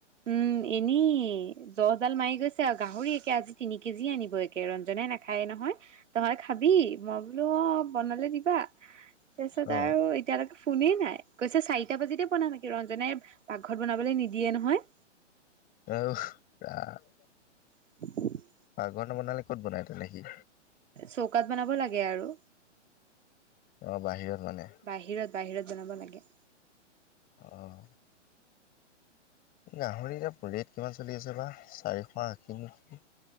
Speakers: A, on the right (about 75°); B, on the left (about 25°).
A: উম এনেই জহডাল মাৰি গৈছে আৰু গাহৰি একে আজি তিনি কেজি আনিব একে ৰঞ্জাই ন খায় নহয়। নহলে খাবি মই বোলো অ' বনালে দিবা তাৰপিছত
B: অ'
A: আৰু এতিয়ালৈকে কোনেই নাই কৈছে চাৰিটা বাজিতে বনাম নেকি ৰঞ্জনোই পাকঘৰত বনাবলৈ নিদিয়ে নহয়।
B: <unintelligible>
A: <unintelligible>
B: পাকঘৰ ন বনালে ক'ত বনায় তেনে সি?
A: চৌকাত বনাব লাগে আৰু।
B: ত বাহিৰত মানে?
A: বাহিৰত বাহিৰত জনাব লাগে।
B: আহ। গাহৰি এটা ৰেট কিমান চলি আছে বা চাৰিশ আশী নকি?